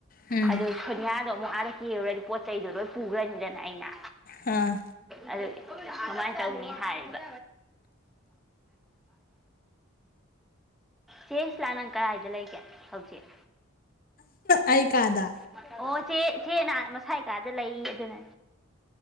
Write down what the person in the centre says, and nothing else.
ꯑꯗꯨ ꯁꯣꯏꯅꯤꯌꯥꯗꯣ ꯑꯃꯨꯛ ꯑꯥꯔ ꯀꯦꯔꯨꯔꯗꯤ ꯄꯣꯠ ꯆꯩꯗꯨꯣ ꯂꯣꯏ ꯄꯨꯈ꯭ꯔꯅꯤꯗꯅ ꯑꯩꯅ
ꯑꯗꯨ ꯀꯃꯥꯏꯅ ꯇꯧꯅꯤ ꯍꯥꯏꯔꯤꯕ ꯆꯦ ꯁꯤꯂꯥ ꯅꯪ ꯀꯗꯥꯥꯏꯗ ꯂꯩꯒꯦ ꯍꯧꯖꯤꯛ
ꯑꯣ ꯆꯦ ꯆꯦꯅ ꯃꯁꯥꯏ ꯀꯥꯗ ꯂꯩ ꯑꯗꯨꯅ